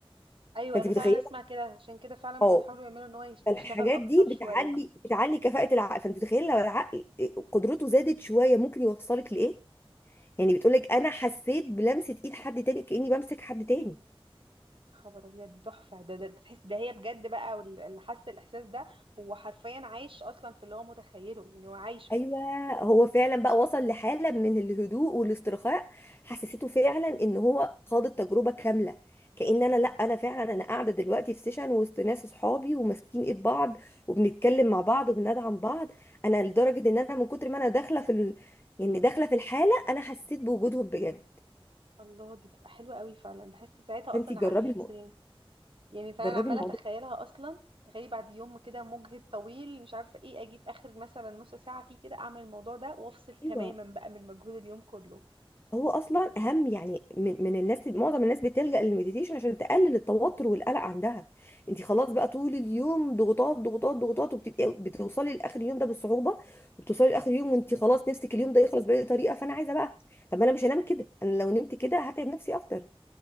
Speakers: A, on the right; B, on the left.
A: ايوه
B: فانت
A: انا
B: متخيله
A: فعلا اسمع كده عشان كده فعلا
B: اه
A: بيحاولوا يعملوا ان هو يش-
B: فالحاجات
A: يشتغل اكتر
B: دي
A: شويه
B: بتعلي بتعلي كفاءه العقل فانت متخيله لو العقل قدرته زادت شويه ممكن يوصلك لايه يعني بتقولك انا حسيت بلمسه ايد حد تاني كاني بمسك حد تاني
A: يا خبر ابيض دي تحفه ده ده ده تحس ده هي بجد بقى وال- اللي حس الاحساس ده هو حرفيا عايش اصلا في اللي هو متخيله يعني هو عايشه
B: ايوه هو فعلا بقى وصل لحاله من الهدوء والاسترخاء حسسته فعلا ان هو خاض التجربه كامله كأن انا
A: امم
B: لا انا فعلا انا قاعده دلوقتي في سيشن وسط ناس اصحابي وماسكين ايد بعض وبنتكلم مع بعض وبندعم بعض انا لدرجه ان انا من كتر ما انا داخله في ال... يعني داخله في الحاله انا حسيت بوجودهم بجد
A: الله دي تبقى حلوه قوي فعلا بحس ساعتها
B: فانتي
A: اصلا
B: جربي
A: عقلي يفصل
B: الموضوع
A: يعني يعني فانا
B: جربي
A: عماله
B: الموضوع
A: اتخيلها اصلا تخيلي بعد يوم كده مجهد طويل مش عارفه ايه اجي في اخر مثلا نص ساعه فيه كده اعمل الموضوع ده وافصل تماما
B: ايوه
A: بقى من مجهود اليوم كله
B: هو اصلا اهم يعني من, من الناس معظم الناس بتلجأ للمديتيشن عشان تقلل التوتر والقلق عندها انت خلاص بقى طول اليوم ضغوطات ضغوطات ضغوطات وبتبقي بتوصلي لاخر اليوم ده بالصعوبه وبتوصلي لاخر اليوم وانت خلاص نفسك اليوم ده يخلص باي طريقه فانا عايزه بقى طب ما انا مش هنام كده انا لو نمت كده هتعب نفسي اكتر